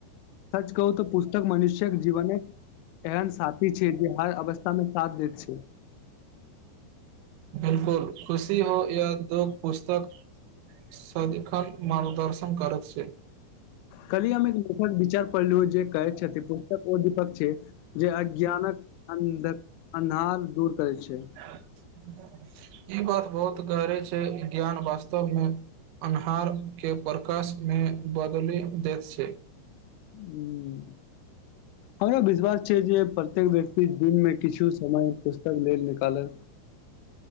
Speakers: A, on the left; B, on the right.
A: सच कहूं तऽ पुस्तक मनुष्य्यक जीवनक एहन साथी छै जे हर अवस्थामे साथ देैत छै
B: बिलकुल खुशी हो या दुख पुस्तक सदीखन मार्गदर्शन करैत छै
A: कल्हि हम एक लेखक विचार पढ़लु जे कहैत छथि पुस्तक ओ दीपक छै जे अज्ञानक अंधक अन्हार दूर करै छै
B: ई बात बहुत गहरे छै ज्ञान वास्तवमे अन्हार के प्रकाशमे बदलि दैत छै
A: ह हमरा विश्वास छै जे प्रत्येक व्यक्ति दिनमे किछु समय पुस्तक लेल निकालल